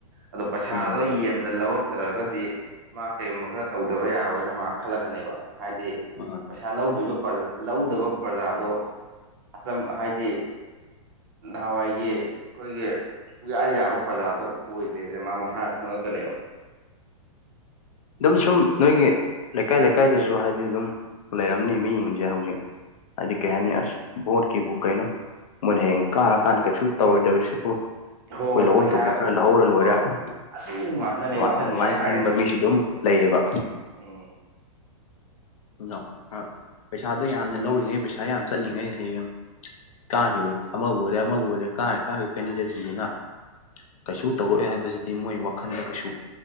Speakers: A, on the right (about 35°); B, on the left (about 70°).
A: ꯑꯗꯣ ꯄꯩꯁꯥꯗꯣ
B: ꯎꯝ
A: ꯌꯦꯟꯕꯗ ꯂꯧꯔꯛ ꯇ꯭ꯔꯒꯗꯤ ꯃꯥ ꯀꯩꯒꯨꯝꯕ ꯈꯔ ꯇꯧꯗꯕ ꯌꯥꯔꯣꯏꯅ ꯃꯥ ꯈꯜꯂꯛꯀꯅꯤꯕ ꯍꯥꯏꯗꯤ
B: <unintelligible>
A: ꯄꯩꯁꯥ ꯂꯧꯗ꯭ꯔꯤꯕ ꯄ꯭ꯔꯖ ꯂꯧꯗꯕ ꯄ꯭ꯔꯖꯥꯗꯣ ꯑꯆꯝ ꯍꯥꯏꯗꯤ ꯅꯍꯋꯥꯏꯒꯤ ꯑꯈꯣꯏꯒꯤ ꯄꯨꯌꯥ ꯌꯥꯕ ꯄ꯭ꯔꯖꯥꯗꯣ ꯑꯣꯏꯗ꯭ꯔꯦꯁꯦ ꯃꯥ ꯃꯁꯥ ꯈꯉꯛ ꯀꯅꯦꯕ
B: ꯑꯗꯨꯝ ꯁꯨꯝ ꯅꯣꯏꯒꯤ ꯂꯩꯀꯥꯏ ꯂꯩꯀꯥꯏꯗꯁꯨ ꯍꯥꯏꯗꯤ ꯑꯗꯨꯝ ꯂꯩꯔꯝꯅꯤ ꯃꯤꯖꯤꯡꯖꯦ ꯍꯧꯖꯤꯛ ꯍꯥꯏꯗꯤ ꯀꯩ ꯍꯥꯏꯅꯤ ꯑꯁ ꯚꯣꯠꯀꯤꯕꯨ ꯀꯩꯅꯣ ꯃꯣꯏꯅ ꯍꯌꯦꯡ ꯀꯥꯔꯀꯥꯟꯗ ꯀꯩꯁꯨ ꯇꯧꯔꯣꯏꯗꯕꯁꯤꯕꯨ
A: ꯍꯣꯏ
B: ꯑꯈꯣꯏ
A: ꯍꯣꯏ
B: ꯂꯧꯕꯝ
A: ꯄꯩꯁꯥ
B: ꯊꯣꯛꯄ ꯈꯔ ꯂꯧꯍꯧꯔ
A: ꯍꯣꯏ
B: ꯂꯣꯏꯔꯦ
A: ꯍꯣꯏ ꯍꯣꯏ
B: <unintelligible>
A: ꯑꯗꯨ ꯉꯥꯛꯇꯅꯦꯕ
B: ꯑꯗꯨꯃꯥꯏꯟ
A: ꯑꯍꯟꯈꯩꯅ ꯍꯥꯏꯔꯤꯁꯦ
B: ꯈꯟꯕ ꯃꯤꯁꯨ ꯑꯗꯨꯝ ꯂꯩꯌꯦꯕ
A: ꯎꯝ
B: ꯑꯗꯣ ꯑꯥ ꯄꯩꯁꯥꯗꯣ ꯌꯥꯝꯅ ꯂꯧꯔꯤꯉꯩ ꯄꯩꯁꯥ ꯌꯥꯝ ꯆꯠꯂꯤꯉꯩ ꯍꯌꯦꯡ ꯀꯥꯈ꯭ꯔꯤꯕ ꯑꯃꯕꯨ ꯑꯣꯏꯔꯦ ꯑꯃꯕꯨ ꯑꯣꯏꯔꯦ ꯀꯥꯔꯤꯀꯥꯟꯗ ꯀꯦꯟꯗꯤꯗꯦꯠꯁꯤꯡꯗꯨꯅ ꯀꯩꯁꯨ ꯇꯧꯔꯛꯑꯣꯢ ꯍꯥꯏꯕꯁꯤꯗꯤ ꯃꯣꯏ ꯋꯥꯈꯟꯗ ꯀꯩꯁꯨ